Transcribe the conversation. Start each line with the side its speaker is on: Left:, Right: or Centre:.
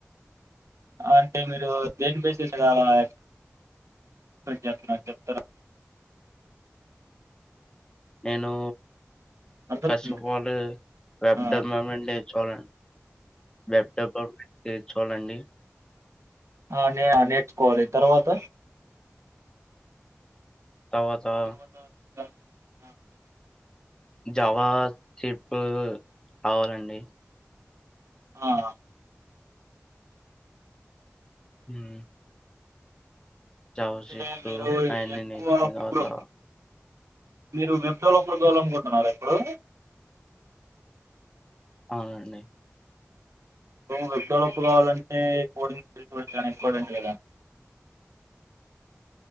Right: అంటే మీరు దేని బేస్ చేసి అలా ఎక్స్పెక్ట్ చేస్తున్నారో చెప్తారా
Left: నేను
Right: అర్థమవుతుందా?
Left: ఫస్ట్ ఆఫ్ ఆల్ వెబ్
Right: ఆ!
Left: డెవలప్మెంట్ నే చాల ల్యాప్టాప్ ఒకటి ఉంటే చాలండి
Right: ఆ నే నేర్చుకోవాలి తర్వాత
Left: తర్వాతా
Right: తర్వాత ఇంకా ఆ! చెప్పండి.
Left: జావా స్క్రిప్ట్ కావాలండి
Right: ఆ
Left: ఆమ్ జావా
Right: అంటే
Left: స్క్రిప్ట్
Right: మీరు
Left: అయన్ని
Right: ఎక్కువ
Left: నేర్చుకున్న
Right: ప్రొ
Left: తర్వాత
Right: మీరు విప్రోలో <unintelligible> లనుకుంటున్నారా ఇప్పుడు
Left: అవునండి
Right: వెబ్డెలప్ కావాలంటే కోడింగ్ <unintelligible> చానా ఇంపార్టెంట్ కదండి